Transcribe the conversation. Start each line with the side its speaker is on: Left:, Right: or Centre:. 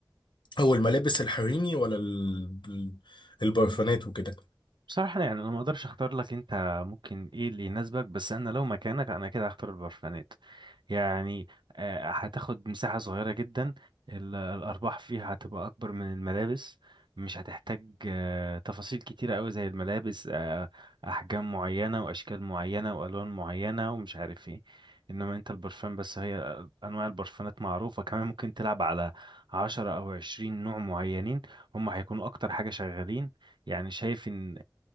Left: او الملابس الحريمي ولا ال- البرفانات وكده
Right: بصراحة يعني أنا ما أقدرش أختار لك أنت ممكن إيه اللي يناسبك بس أنا لو مكانك أنا كده هختار البرفانات يعني آه، هتاخد مساحة صغيرة جدا ال- الأرباح فيها هتبقى أكبر من الملابس مش هتحتاج آه، تفاصيل كتيرة أوي زي الملابس آه، أحجام معينة وأشكال معينة وألوان معينة ومش عارف إيه إنما أنت البرفان بس هي آه، أنواع البرفانات معروفة كمان ممكن تلعب على عشرة أو عشرين نوع معينين هم هيكونوا أكتر حاجة شغالين يعني شايف ان